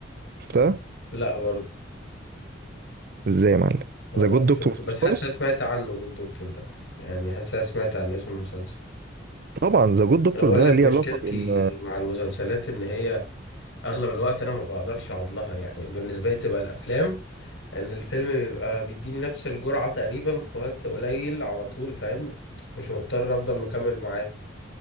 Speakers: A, on the right; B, on the left.
A: شفتها؟
B: لا برضو
A: إزاي يا معلم؟
B: والله
A: ذا جود
B: ما
A: دكتور
B: شفته
A: مشفتوش
B: بس حاسس
A: خالص؟
B: أنا سمعت عنه جود دكتور ده يعني حاسس أنا سمعت عن اسم المسلسل
A: طبعا ذا جود دكتور
B: انا بقول
A: ده
B: لك
A: ليه
B: مشكلتي
A: علاقة بإن
B: مع المسلسلات ان هي اغلب الوقت انا ما بقدرش اقعد لها يعني بالنسبة لي تبقى الافلام ان الفيلم بيبقى بيديني نفس الجرعة تقريبا في وقت قليل على طول فاهم مش مضطر افضل مكمل معاه